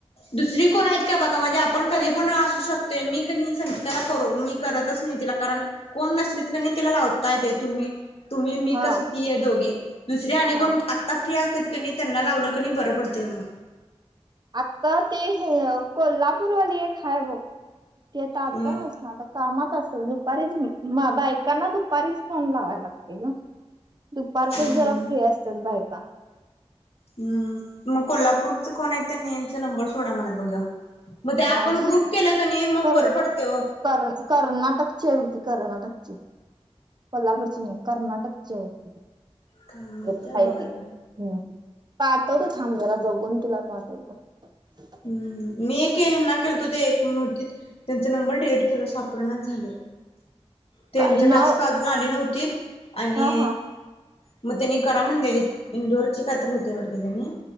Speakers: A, on the left; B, on the right.
A: दुसरी कोणं आहेतं कां बांघ म्हणजे आपणं कधीं पणं अंसू शकतोय मी पणं संगीताला करूंन मी करतंच नाहीं तिलां कारणं कोणं नसली की तिलां लावतां येते तुम्हीं तुंम्ही मी
B: हा
A: कसं तीयं दोघी दुसरे आणि
B: हा
A: कोणं आंता फ्री असतेात की त्यांना लावलं कणी बरं पडतंय मंग
B: आंता ते हे कोल्हापूरवाली एक हांय बघं ते आं आंता
A: हम्म
B: नसं नां आंता कामांत असेल दुपारीचं बां बायकांना दुपारीचं फोन लांवा लागते गं दुपारचं
A: हम्म.
B: चं जरां फ्री असतांत बायकां
A: हम्मं मंग कोल्हापूरचं कोणं आहे त्यांनी यांचा नंबर सोडां मलां बघां मंग ते
B: हा
A: आपणं ग्रुंप केलां की नाहीं मंग
B: सॉरी
A: बरं पडते आं हो
B: कर कर्नाटकची एगंती कर्नाटक ची कोल्हापूरची नाहीं कर्नाटकचे आहे ते
A: काय माहित
B: हेचं आहे
A: बघायला
B: ते हम्मं पाहतो तरं पाठवतं थांब जरां बघूंन तुंला पाठवतं
A: हं मी एक यांना केलतो ते एकतं त्यांचा नंबर डिलीट केलां सापडेणाचं झाले त्यांच
B: का नाव
A: टास्कं अजूंन आले नव्हती आणि
B: हा हा
A: मंग त्यांनी करां म्हणलेले इंंदोर चे कांतरं होते वरते त्यांनी